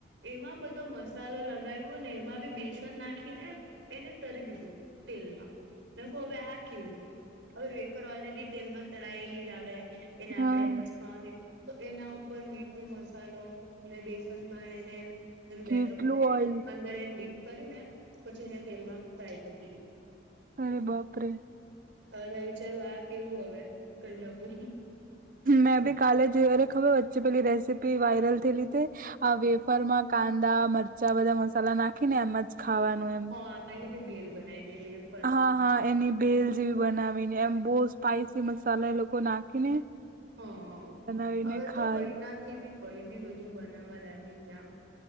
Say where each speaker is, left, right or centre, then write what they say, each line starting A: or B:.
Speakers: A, on the right; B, on the right.
A: એમાં બધો મસાલો લગાવ્યો ને એમાં બી બેસન નાખીને એને તરી દીધું તેલમાં નાખ હવે આ કેવું હવે વેપર ઓલરેડી તેલમાં તળાયેલી જ આવે એને આપણેે
B: હા
A: એમ જ ખાવાની તો એના ઉપર ઉપર મીઠું મસાલો ને બેસનમાં એને એનું
B: કેટલું
A: બેટર બનાવીને
B: ઓઈલ
A: અંદર એને ડીપ કરીને પછી એને તેલમાં ફ્રાય કરી દીધી
B: અરે બાપરે
A: હવે મેં વિચારું આ કેવું હવે કઈ નવું
B: મેં ભી કાલેરે ખબર વચ્ચે પેલી રેસીિપી વાયરલ થેલી ત આ વેફર માં કાંદા મરચા બધા મસાલા નાખીને એમ જ ખાવાનું એમ
A: હ એલી બી પલ બનાઈ દીધ
B: હા હા એની ભેલ જેવી બનાવીને એમ બહુ સ્પાઈસી મસાલા એ લોકો નાખીને
A: હ
B: બનાવીને
A: હવે તો
B: ખાય
A: કઈનાથી બી કોઈ બી બધું બનાવવા લાગ્યું ત્યાં